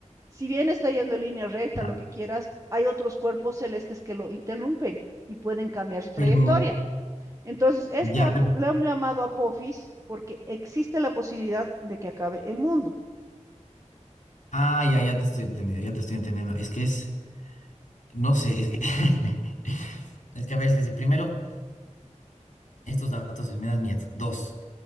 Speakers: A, on the right; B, on the left.
A: si bien está yendo en línea recta,
B: Ya.
A: lo que quieras, hay otros cuerpos celestes que lo interrumpen y pueden cambiar su trayectoria.
B: Pero,
A: Entonces, este
B: ya,
A: apo-
B: pero,
A: lo han llamado Apophis porque existe la posibilidad de que acabe el mundo.
B: ah, ya, ya te estoy entendiendo, ya te estoy entendiendo. Es que es, no sé, es que, <laughs> es que a veces, si primero, estos datos me dan miedo. Dos.